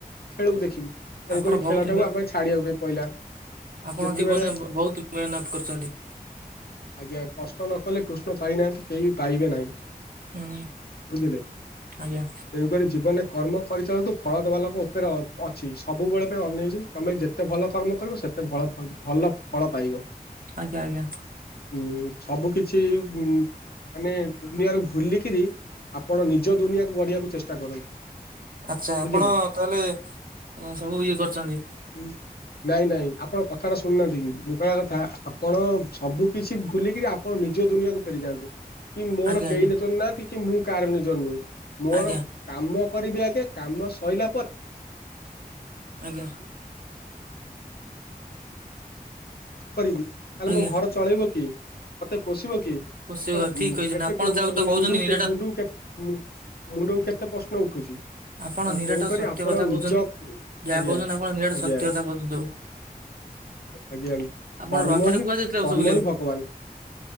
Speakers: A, on the left (about 80°); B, on the right (about 60°).
A: ଖେଳକୁ ଦେଖିବି। ତେଣୁ
B: ଆପଣ
A: କରି
B: ବହୁତ
A: ଖେଳଟାକୁ ଆମେ ଛାଡିବାକୁ ବି ପଇଲା।
B: ଆପଣ
A: ଯେତେବେଳେ
B: ଜୀବନରେ ବୋ-ବୋହୁତୁ ମେହନତ୍ କରିଚନ୍ତି।
A: ଆଜ୍ଞା। କଷ୍ଟ ନ କଲେ କୃଷ୍ଣ ପାଇନାହାନ୍ତି କେହି ବି ପାଇବେ ନାହିଁ।
B: ହୁଁ
A: ବୁଝିଲେ,
B: ଆଜ୍ଞା
A: ତେଣୁକରି ଜୀବନରେ କର୍ମ କରିଚାଳନ୍ତୁ ଫଳ ଦେବା ଲୋକ ଉ ଉପରେ ଅ ପ ଅଛି। ସବୁବେଳେ ପାଇଁ ଅନେଇଛି ତମେ ଯେତେ ଭଲ କର୍ମ କରିବ ସେତେ ଭଳ ଫଳ ଭଲ ଫଳ ପାଇବ।
B: ଆଜ୍ଞା ଆଜ୍ଞା।
A: ଉଁ ସବୁ କିଛି ଉଁ ମାନେ ଦୁନିଆରୁ ଭୁଲିକିରି ଆପଣ ନିଜ ଦୁନିଆକୁ ଗଢିଆକୁ ଚେଷ୍ଟା କରନ୍ତୁ।
B: ଆଛା।
A: ବୁଝିଲେ।
B: ଆପଣ ତାହେଲେ ସବୁ ଇଏ କରିଛନ୍ତି।
A: ହୁଁ। ନାଇଁ ନାଇଁ ଆପଣ କଥା ଟା ଶୁଣୁନାହାନ୍ତି କି? ମୁଁ କହିବା କଥା ଆପଣ ସବୁ କିଛି ଭୁଲିକିରି ଆପ୍ ପଣ ନିଜ ଦୁନିଆକୁୁ ଫେରିଯାଆନ୍ତୁ କି ମୋର
B: ଆଜ୍ଞା
A: କେହି
B: ଆଜ୍ଞା
A: ନିଜର ନାହାନ୍ତି କି ମୁଁ କାହାର ନିଜର ନୁହେଁ। ମୋର
B: ଆଜ୍ଞା
A: କାମ କରିବି ଆଗେ, କାମ ସଇଲା ପ୍
B: ଆଜ୍ଞା।
A: କରିବି ତାହଲେ
B: ଆଜ୍ଞା
A: ମୋ ଘର ଚଳେଇବ କିଏ? ମତେ ପୋଷିବ କିଏ?
B: ନିଶ୍ଚୟ
A: ତ
B: ଠିକ
A: ଉଁ
B: କହିଛନ୍ତି
A: କେତେ
B: ଆପଣ ଯାହାକୁ
A: ମୁ
B: ତ କହୁଛନ୍ତି
A: ମୁଣ୍ଡୁ
B: ନିରାଟ
A: ମୁଣ୍ଡୁ ମୁଣ୍ଡକୁ କେତେ ପ୍ରଶ୍ନ ଉଠୁଛି?
B: ଆପଣ
A: ତ
B: ନିରାଟ
A: ତେଣୁକରି
B: ସତ୍ୟ
A: ଆପଣ
B: କଥା
A: ନିଜ
B: କହୁଛନ୍ତି।
A: ଆଜ୍ଞା
B: ଯାହା କହୁଛନ୍ତି ଆପଣ ନିରାଟ
A: ଆଜ୍ଞା।
B: ସତ୍ୟ କଥା କହୁଛନ୍ତି ସବୁ
A: ଆଜ୍ଞା।
B: ଆପଣ
A: କର୍ମ
B: ରଜରେ
A: ହିଁ
B: କୁଆଡେ ଯାଇଥିଲେ ବର୍ଷ
A: କର୍ମ
B: ବୁଲିବାକୁ?
A: ହିଁ ଭଗବାନ।